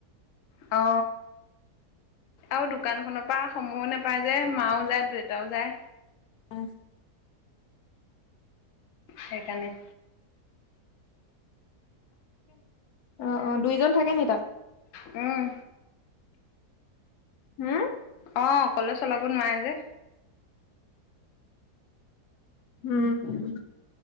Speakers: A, on the left (about 60°); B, on the left (about 75°).
A: অ। আৰু, দোকানখনৰ পৰা সময়ো নেপায় যে, মাও যায়, দেউতাও যায়।
B: উম।
A: সেইকাৰণে।
B: অ, অ, দুইজন থাকে নি তাত।
A: উম।
B: হম।
A: অ, অকলে চলাব নোৱাৰে যে।
B: উম, উম।